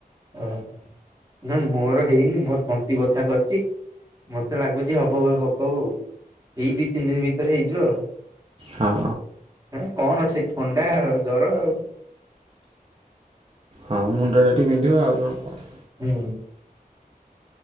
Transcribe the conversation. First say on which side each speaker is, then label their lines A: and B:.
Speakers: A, on the right; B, on the right.
A: ଓୋ ନା ମୋର ହେଇନି ମୋର ତଣ୍ଟି ବଥା କରିଛି। ମତେ ଲାଗୁଛି ହବ ହବ ଆଉ ଏଇ ଦି ତିନି ଦିନ ଭିତରେ ହେଇଯିବ ଆଉ।
B: ହଁ।
A: ହ କଣ ଅଛି ଥଣ୍ଡା ଆଉ ଜର ଆଉ।
B: ହଁ ମୁଣ୍ଡ ଟା ଟିକେ ବିନ୍ଧିବ ଆଉ ନ ହେଲେ କଣ।
A: ହୁଁ।